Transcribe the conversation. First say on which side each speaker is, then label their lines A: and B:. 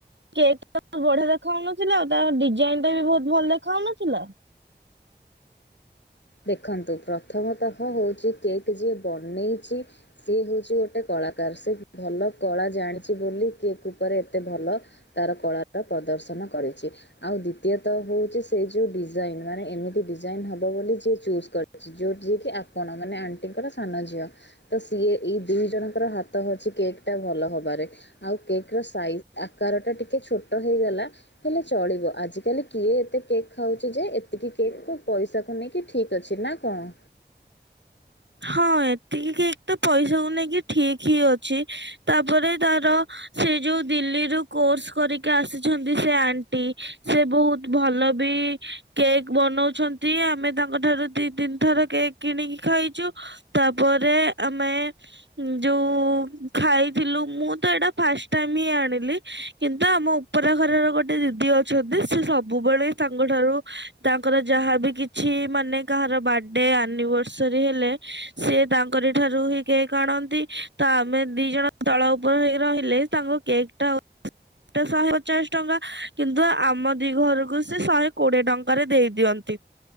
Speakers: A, on the right; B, on the left.
A: କେକ୍ ଟା ବଢିଆ ଦେଖାଯାଉନଥିଲା? ଆଉ ତା ଡିଜାଇନ ଟା ବି ବହୁତ ଭଲ ଦେଖାଯାଉନଥିଲା?
B: ଦେଖନ୍ତୁ ପ୍ରଥମତଃ ହଉଛି କେକ୍ ଯିଏ ବନେଇଛି ସିଏ ହଉଛି ଗୋଟେ କଳାକାର। ସେ ଭଲ କଳା ଜାଣିଛି ବୋଲି କେକ୍ ଉପରେ ଏତେ ଭଲ ତାର କଳାଟା ପ୍ରଦର୍ଶନ କରିଛି। ଆଉ ଦ୍ଵିତୀୟ ତଃ ହଉଛି ସେଇ ଯୋଉ ଡିଜାଇନ। ମାନେ ଏମିତି ଡିଜାଇନ ହବ ବୋଲି ଯେ ଚୁଜ୍ କରିଛି। ଯୋଉ ଜିଏ କି ଆପଣ। ମାନେ ଆଣ୍ଟିଙ୍କର ସାନ ଝିଅ ତ ସିଏ ଏଇ ଦୁଇ ଜଣଙ୍କର ହାତ ଅଛି କେକ୍ ଟା ଭଲ ହବାରେ। ଆଉ କେକ୍ ର ସାଇଜ ଆକାର ଟା ଟିକେ ଛୋଟ ହେଇଗଲା। ହେଲେ ଚଳିବ। ଆଜି କାଲି କିଏ ଏତେ କେକ୍ ଖାଉଛି ଯେ ଏତିକି କେକ୍ କୁ ପଇସାକୁ ନେଇି। କି ଠିକ୍ ଅଛି ନା କଣ?
A: ହଁ ଏତିକି କେକ୍ ତ ପଇସାକୁ ନେଇକି ଠିକ ହିଁ ଅଛି। ତାପରେ ତାର ସେ ଯୋଉ ଦିଲ୍ଲୀରୁ କୋର୍ସ କରିକି ଆସିଛନ୍ତି ସେ ଆଣ୍ଟି ସେ ବହୁତ ଭଲ ବି କେକ୍ ବନଉଛନ୍ତି। ଆମେ ତାଙ୍କ ଠାରୁ ଦି ତିନି ଥର କେକ୍ କିଣିକି ଖାଇଛୁ। ତାପରେ ଆମେ ଯୋଉ ଖାଇଥିଲୁ। ମୁଁ ତ ଏଇଟା ଫାଷ୍ଟ ଟାଇମ ହିଁ ଆଣିଲି କିନ୍ତୁ ଆମ ଉପର ଘରର ଗୋଟେ ଦିଦି ଅଛନ୍ତି ସେ ସବୁବେଳେ ତାଙ୍କ ଠାରୁ ତାଙ୍କର ଯାହାବି କିଛି ମାନେ କାହାର ବାର୍ଥଡେ, ଆନିଭର୍ସରୀ ହେଲେ ସେ ତାଙ୍କରି ଠାରୁ ହିଁ କେକ୍ ଆଣନ୍ତି। ତ ଆମେ ଦି ଜଣ ଦଳ ଉପରେ ହେଇ ରହିଲେ ତାଙ୍କ କେକ୍ ଟା ଟା ଶହେ ପଚାଶ ଟଙ୍କା। କିନ୍ତୁ ଆମ ଦି ଘରକୁ ସେ ଶହେ କୋଡିଏ ଟଙ୍କାରେ ଦେଇ ଦିଅନ୍ତି।